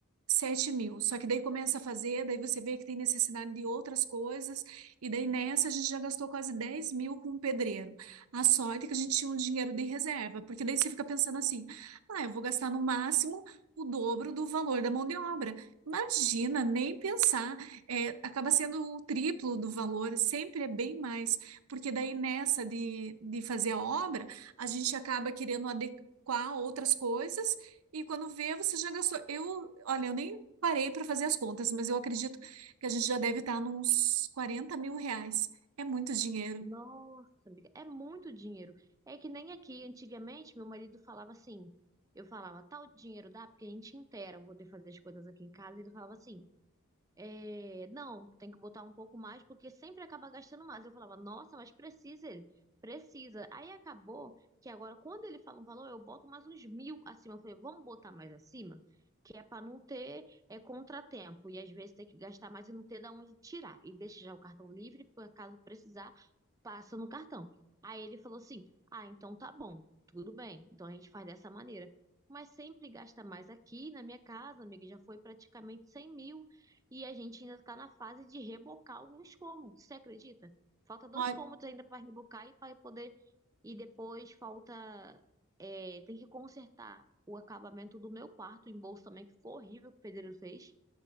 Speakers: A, on the right; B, on the right.
A: 7 mil. Só que daí começa a fazer, daí você vê que tem necessidade de outras coisas, e daí nessa a gente já gastou quase 10 mil com o pedreiro. A sorte é que a gente tinha um dinheiro de reserva, porque daí você fica pensando assim: ah, eu vou gastar no máximo o dobro do valor da mão de obra. Imagina, nem pensar. É, acaba sendo o triplo do valor, sempre é bem mais porque daí nessa de, de fazer a obra, a gente acaba querendo adequar outras coisas, e quando vê, você já gastou. Eu, olha, eu nem parei para fazer as contas, mas eu acredito que a gente já deve estar nos 40 mil reais. É muito dinheiro.
B: Nossa, amiga, é muito dinheiro. É que nem aqui, antigamente, meu marido falava assim. Eu falava, tal dinheiro dá, porque a gente inteira, vou ter que fazer as coisas aqui em casa. Ele falava assim, É, não, tem que botar um pouco mais, porque sempre acaba gastando mais. Eu falava, nossa, mas precisa ele, precisa. Aí acabou que agora, quando ele fala um valor, eu boto mais uns mil acima. Eu falei, vamos botar mais acima, que é para não ter é, contratempo. E às vezes tem que gastar mais e não ter de onde tirar. E deixa já o cartão livre, por caso precisar, passa no cartão. Aí ele falou assim: ah, então tá bom, tudo bem. Então a gente faz dessa maneira. Mas sempre gasta mais aqui na minha casa, amiga, já foi praticamente 100 mil. E a gente ainda está na fase de rebocar alguns cômodos, você acredita? Falta dois
A: Olha,
B: cômodos ainda para rebocar e para poder. E depois falta. é, tem que consertar o acabamento do meu quarto em bolso também, que foi horrível que o pedreiro fez.